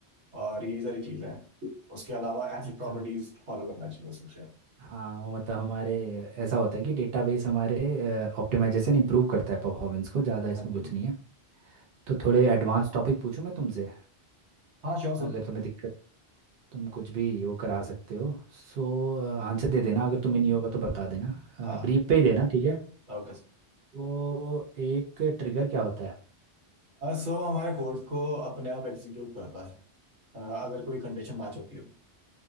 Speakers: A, on the right; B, on the right.
A: और यही सारी चीजें हैं उसके अलावा एथनिक
B: अच्छा
A: प्रॉपर्टीज फॉलो करना चाहिए उसे शायद
B: हाँ वो मतलब हमारे ऐसा होता है कि डेटाबेस हमारे ऑप्टिमाइजेशन इंप्रूव करता है परफॉर्मेंस को ज़्यादा इसमें
A: हाँ जी
B: कुछ नहीं है तो थोड़े एडवांस टॉपिक पूछूं मैं तुमसे
A: हाँ श्योर सर
B: अगर तुम्हें दिक्कत तुम कुछ भी वो करा सकते हो सो आंसर दे देना अगर तुम्हें नहीं होगा तो बता देना
A: हाँ
B: ब्रीफ पे ही देना ठीक है
A: ओके सर
B: तो एक ट्रिगर क्या होता है
A: सो हमारे कोर्ट को अपने आप एग्जीक्यूट करता है अह, अगर कोई कंडीशन मैच होती है तो